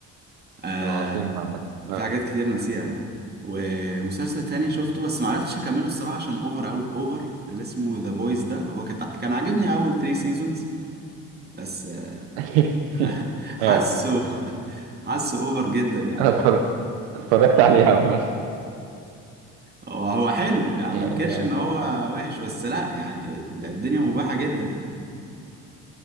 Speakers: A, on the right; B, on the right.
A: آه
B: اه وسيم عامه اه
A: في حاجات كتير ناسيها يعني ومسلسل تاني شفته بس معرفتش أكمله الصراحة عشان أوفر أوي أوفر اللي اسمه ذا بويز ده هو كت- كان عاجبني أول 3 سيزونز بس آه،
B: <laughs>
A: <laughs>
B: اه
A: حاسه حاسه اوفر جدا يعني
B: أنا اتفرج- اتفرجت عليه عامه
A: هو هو حلو يعني
B: يعني
A: ما انكرش
B: آه.
A: ان هو وحش بس لا يعني ده الدنيا مباحة جدا يعني